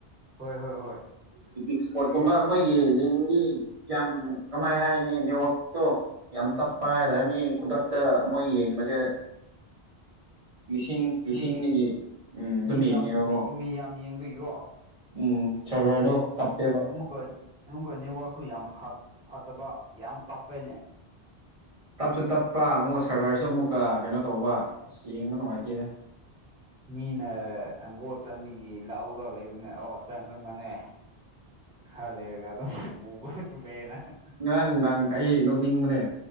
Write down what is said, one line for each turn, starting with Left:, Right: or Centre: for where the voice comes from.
Centre: ꯍꯣꯏ ꯍꯣꯏ ꯍꯣꯏ꯫
Right: ꯄꯤꯛꯅꯤꯛ ꯏꯁꯄꯣꯠꯀꯨꯝꯕ ꯃꯣꯏꯒꯤ ꯂꯤꯡꯒꯤ ꯀꯌꯥꯝ ꯀꯃꯥꯏ ꯍꯥꯏꯅꯤ ꯅꯦꯠꯋꯛꯇꯣ꯫ ꯌꯥꯝ ꯇꯞꯄ ꯍꯥꯏꯇꯥꯔꯦ ꯃꯤ ꯈꯨꯗꯛꯇ ꯃꯣꯏ ꯌꯦꯡꯕꯁꯦ ꯂꯤꯁꯤꯡ ꯂꯤꯁꯤꯡꯗꯒꯤ
Centre: ꯃꯤ
Right: ꯎꯝ ꯑꯗꯨꯝ
Centre: ꯃꯤ ꯌꯥꯝ
Right: ꯌꯦꯡꯉꯦꯕꯀꯣ
Centre: ꯃꯤ ꯌꯥꯝ ꯌꯦꯡꯕꯒꯤꯀꯣ꯫
Right: ꯎꯝ ꯐꯔꯦ ꯐꯔꯦ ꯑꯗꯣ ꯇꯞꯄꯦꯕ꯫
Centre: ꯑꯥꯃꯨꯛꯀ ꯑꯗꯨꯒ ꯅꯦꯠꯋꯥꯛꯁꯨ ꯌꯥꯝ ꯐꯠꯇꯕ ꯌꯥꯝ ꯇꯞꯄꯦꯅꯦ꯫
Right: ꯇꯞꯁꯨ ꯇꯞꯄ ꯑꯃꯨꯛꯀ ꯁꯔꯚꯔꯁꯨ ꯑꯃꯨꯛꯀ ꯀꯩꯅꯣ ꯇꯧꯕ ꯑꯁ ꯌꯦꯡꯕ ꯅꯨꯡꯉꯥꯏꯇꯦꯅꯦ꯫
Centre: ꯃꯤꯅ ꯑꯒꯣꯠ ꯆꯟꯕꯒꯤ ꯂꯥꯛꯎꯔꯥ ꯂꯩꯕꯅꯦ ꯑꯣ ꯆꯪꯈ꯭ꯔꯕꯅꯦ꯫ ꯈꯔ ꯂꯩꯔꯒ ꯑꯗꯨꯝ ꯎꯕꯁꯨ ꯂꯩꯌꯦꯅ꯫
Right: ꯉꯔꯥꯡ ꯅꯪ ꯑꯩ ꯅꯣꯛꯅꯤꯡꯕꯅꯦ